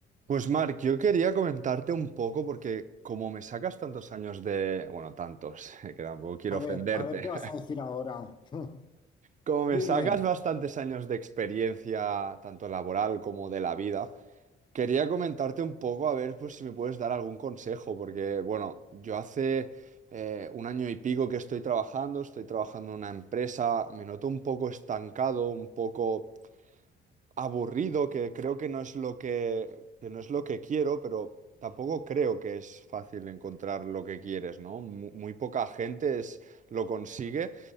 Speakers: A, on the right (about 40°); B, on the left (about 25°).
A: Pues Marc, yo quería comentarte un poco porque como me sacas tantos años de, bueno, tantos, <laughs> que tampoco quiero
B: A
A: ofenderte,
B: ver, a ver qué vas
A: <laughs>
B: a decir ahora. <laughs>
A: como
B: Dime.
A: me sacas bastantes años de experiencia, tanto laboral como de la vida, quería comentarte un poco a ver pues, si me puedes dar algún consejo, porque bueno, yo hace eh, un año y pico que estoy trabajando, estoy trabajando en una empresa, me noto un poco estancado, un poco aburrido, que creo que no es lo que, que no es lo que quiero, pero tampoco creo que es fácil encontrar lo que quieres, ¿no? Mu- Muy, poca gente es, lo consigue.